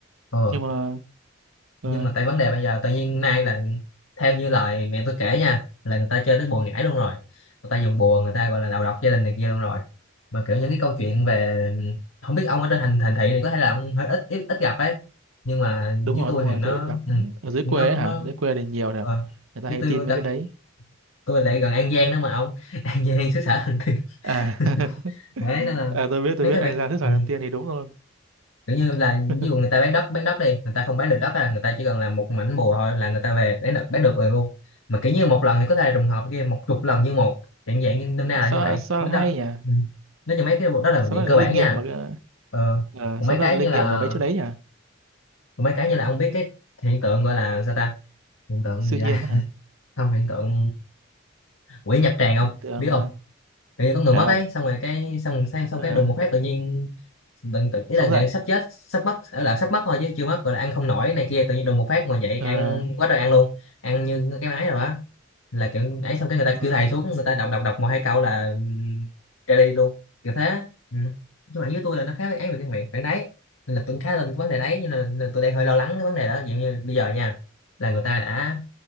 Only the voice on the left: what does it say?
Ờ
nhưng mà tại vấn đề bây giờ tự nhiên nay là theo như lời mẹ tôi kể nha là người ta chơi tới bùa ngải luôn rồi người ta dùng bùa người ta gọi là đầu độc gia đình này kia luôn rồi mà kiểu những cái câu chuyện về không biết ông ở trên thành thành thị này có thể là ông hơi ít ít, ít gặp ấy nhưng mà
với
tôi
thì nó
ừ,
nó
nó
ờ,
với
tôi
đặc
tôi lại gần An Giang đó mà ông <laughs> An Giang xứ sở thần tiên
<laughs>
đấy nên là
mấy
cái
việc
ừ.
kiểu như là
ví dụ người ta bán đất bán đất đi người ta không bán được đất à người ta chỉ cần làm một mảnh bùa thôi là người ta về bán được bán được rồi luôn mà kiểu như một lần thì có thể là trùng hợp kia một chục lần như một dạng dạng như năm nay là
như vậy
biết
đó
ừ. nói cho mấy cái bộ đó là một
dạng
cơ
bản
nha
ờ
còn
mấy cái
như là
còn mấy cái như là ông biết cái hiện tượng gọi là sao ta hiện tượng
gì
ta
<laughs> không hiện tượng quỷ nhập tràng không
biết không
kiểu như có người
mất
ấy xong rồi cái xong xong, xong
cái đùng một phát tự nhiên tự, tự ý
là gần
sắp chết sắp mất ở là sắp mất thôi chứ chưa mất rồi là ăn không nổi này kia tự nhiên đùng một phát ngồi dậy
ăn quá trời ăn luôn ăn như cái máy rồi á là kiểu ấy xong cái người ta
kêu thầy
xuống người ta đọc đọc đọc một hai câu là ừm, ra đi luôn kiểu thế ừ. nhưng mà với tôi là nó khá với ấy về cái miệng phản đấy nên là tôi khá lên cái vấn đề đấy nhưng là, là tôi đang hơi lo lắng cái vấn đề đó ví dụ như bây giờ nha là người ta đã